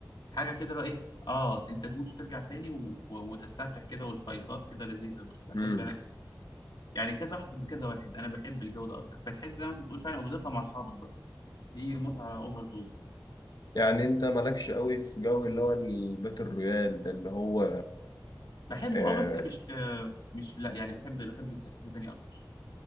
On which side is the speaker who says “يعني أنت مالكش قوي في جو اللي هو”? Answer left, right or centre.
Left